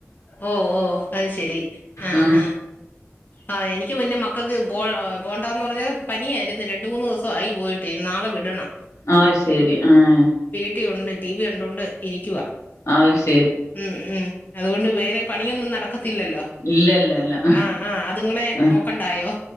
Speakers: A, on the left; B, on the left.
A: ഓ ഓ അത് ശെരി ആഹ്
B: ആ
A: ഹ. ആ എനിക്ക് പിന്നെ മക്കൾക്ക് പോ പോണ്ടാന്ന് പറഞ്ഞ പനിയായിരുന്നു രണ്ട് മൂന്ന് ദിവസായി പോയിട്ട് ഞ് നാളെ വിടണം.
B: ആഹ് ശരി ആഹ.
A: കുട്ടി ഉണ്ട് ടി വി കണ്ടോണ്ട് ഇരിക്കുവ.
B: ആഹ് ശ്.
A: ഉം ഉം അതുകൊണ്ട് വേറെ പണിയൊന്നും നടക്കത്തില്ലല്ലോ.
B: ഇല്ല ല്ല ല്ല അ
A: ആഹ് ആഹ് അതുങ്ങളെ
B: അ
A: നോക്കണ്ടായോ